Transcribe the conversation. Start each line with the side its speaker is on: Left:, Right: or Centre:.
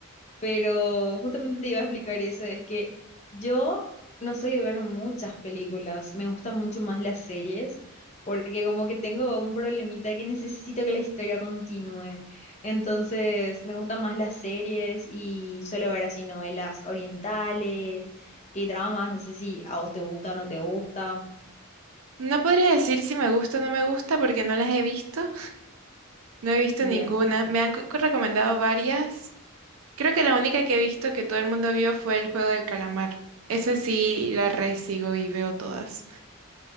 Left: pero justamente te iba a explicar eso, es que yo no soy de ver muchas películas, me gustan mucho más las series, porque como que tengo un problemita que necesito que la historia continúe, entonces me gustan más las series y suelo ver así novelas orientales, K-dramas, no sé si a vos te gusta o no te gusta,
Right: No podría decir si me gusta o no me gusta porque no las he visto. No he visto
Left: ya,
Right: ninguna. Me han co- recomendado varias. Creo que la única que he visto que todo el mundo vio fue El Juego del Calamar. Esa sí la resigo y veo todas.